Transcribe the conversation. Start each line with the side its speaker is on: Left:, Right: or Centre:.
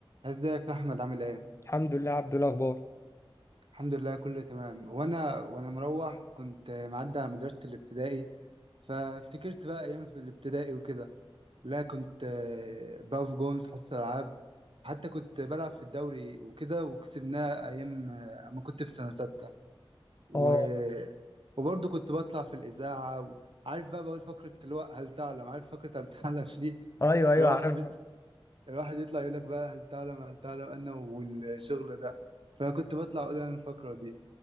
Right: ازيك يا احمد عامل ايه
Left: الحمد لله عبد الاخبار
Right: الحمد لله كله تمام وانا وانا مروح كنت معدي على مدرسة الابتدائي فافتكرت بقى ايام في الابتدائي وكده لا كنت آه، بقف جون في حصة العاب وحتى كنت بلعب في الدوري وكده وكسبناه ايام آه، ما كنت في سنة ستة و...
Left: اه
Right: وبرضه كنت بطلع في الإذاعة وعارف بقى بقول فقرة اللي هو هل تعلم عارف فقرة هل تعلم دي
Left: ايوه ايوه
Right: الواحد
Left: عارف
Right: الواحد يطلع يقول لك بقى هل تعلم هل تعلم أنا والشغل ده فكنت بطلع أقول أنا الفقرة دي